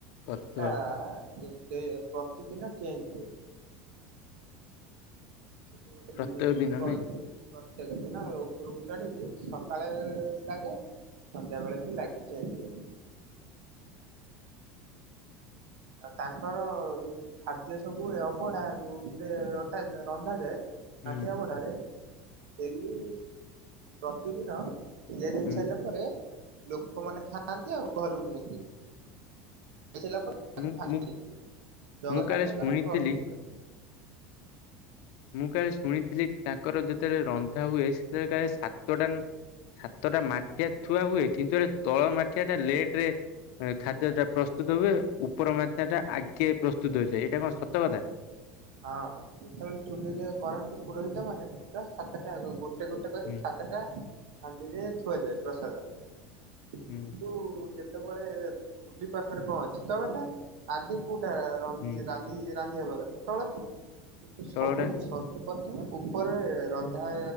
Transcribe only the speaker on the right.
ସେଟା ଡେ ପ୍ରତିଦିନ ଚେଞ୍ଜ ହୁଏ। କିଏ ଗୋଟେ
ଲେ ଲୋକ
ଅଛି ପ୍ରତ୍ୟେକ ଦିନ ଉପରକୁ ଚଢିକି ସକାଳେ ଲାଗେ ସନ୍ଧ୍ୟା ବେଳେବି ଲାଗେ ଚେଞ୍ଜ ହୁଏ। ଆଉ ତାଙ୍କର ଯୋଉ ଖାଦ୍ୟ ସବୁ ଅବଢା ଯୋଉଥିରେ ରଟା ରନ୍ଧାଯାଏ ଷାଠିଏ
ଗୋଡ଼ାରେ ଡେଲି ପ୍ରତିଦିନ ତିଆରି ହେଇ
ସାରିଲା ପରେ ଲୋକମାନେ ଖାଆନ୍ତି ଆଉ ଘରୁକୁ ନିଅନ୍ତି। ଖାଇସାରିଲା ପରେ <unintelligible>
ଜଗନ୍ନାଥ
ଙ୍କର ପ୍ରତିଦିନ।
ହଁ ଯେତେବେଳେ ଚୁଲିରେ କରନ୍ତି ପୁରୋହିତ ମାନେ ପୁରା ସାତଟାଆଙ୍କ ଗୋଟେ ଗୋଟେ କରି
ସାତ ତେଟା ହାଣ୍ଡିରେ ଥୁଆଯାଏ ପ୍ରସାଦ କିନ୍ତୁ
ଯେତେବେଳେ ଚୁଲି ପାଖରେ କଣ ଅଛି ତଳଟା ଆଗେ କୋଉଟା ରନ୍ଧି
ରାନ୍ଧି ରାନ୍ଧି ହବା କଥା ତଳଟା କିନ୍ତୁ ସବୁ
ସର୍ବ ପ୍ରଥମେ ଉପରେ ରନ୍ଧା